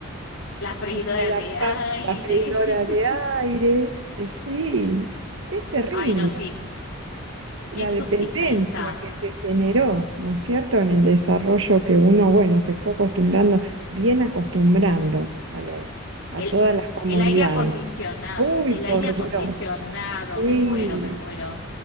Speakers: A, on the left; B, on the right.
A: la freidora
B: Está la,
A: de
B: pa-
A: aire.
B: la freidora
A: <laughs>
B: de aire, eh, sí, es terrible
A: Ay, no, sí.
B: la
A: Eso
B: dependencia
A: sí, ahí está.
B: que se generó, ¿no es cierto? En el desarrollo que uno, bueno, se fue acostumbrando, bien acostumbrando a lo, a
A: El,
B: todas las comodidades.
A: el aire acondicionado,
B: Uy,
A: el
B: por
A: aire acondicionado,
B: Dios, sí,
A: me muero, me muero.